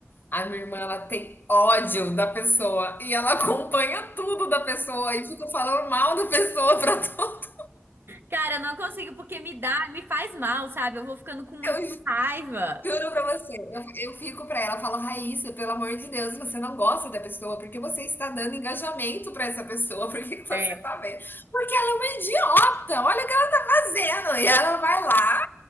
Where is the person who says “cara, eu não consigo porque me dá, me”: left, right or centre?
Right